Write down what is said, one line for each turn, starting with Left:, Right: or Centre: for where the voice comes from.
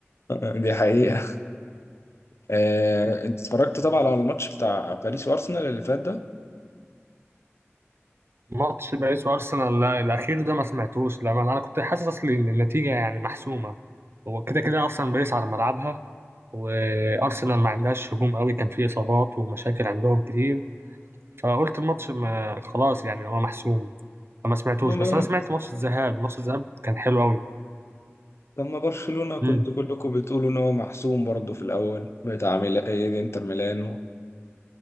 Left: <laughs> دي حقيقة آه، أنت اتفرجت طبعا على الماتش بتاع باريس وأرسنال اللي فات ده
Right: ماتش باريس وارسنال لا، الاخير ده ما سمعتوش لما انا كنت حاسس اصلي ان النتيجه يعني محسومه هو كده كده اصلا باريس على ملعبها وارسنال ما عندهاش هجوم قوي كان فيه اصابات ومشاكل عندهم كتير فقلت الماتش ما خلاص يعني هو محسوم فما سمعتوش
Left: لما
Right: بس انا سمعت ماتش الذهاب ماتش الذهاب كان حلو قوي
Left: لما برشلونة كنتوا
Right: مم.
Left: كلكم بتقولوا إن هو محسوم برضه في الأول بتاع ميلا... إيه، إنتر ميلانو